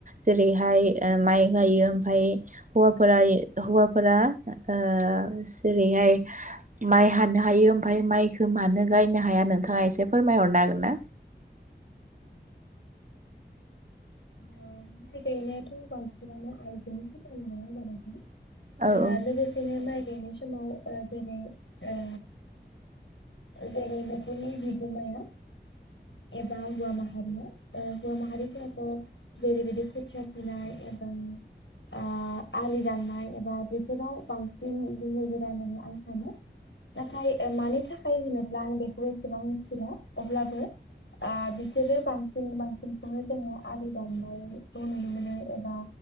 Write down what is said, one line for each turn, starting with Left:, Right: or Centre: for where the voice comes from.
Right: जेरैहाय माइ ओ गायो ओमफ्राय हौफोरा हौवाफोरा ओ जेरैहाय माइ हानो हायो ओमफ्रायाय माइखौ मानो गायनो हाया ना? नोंथाङा एसे फोरमायहरनो हागोन ना?
Left: माइ गायनायाथ' बांसिनानो आइजोनि खामानि नङा होनबा नोंथां?
Right: औ
Left: ओ
Right: औ
Left: लोगोसेनो माइ गाइनाय समाव समाव ओ जेरै ओ जेरै नख'रनि बिगोमाया। एबा हौवा माहारिया ओ हौवा माहारिफोराथ' जेरैबायदि खोथिया फुनाय एबा आ आलि दाननाय एबा बेफोराव बांसिन गोहो गोरा होननानै आं सानो नाथाय ओ मानि थाखाय होनोब्ला आं बेखौ एसेबां मिथिला अब्लाबो आ बिसोरो बांसिन बांसिनखौनो जोङो आलि दामनायखौ नुनो मोनो एबा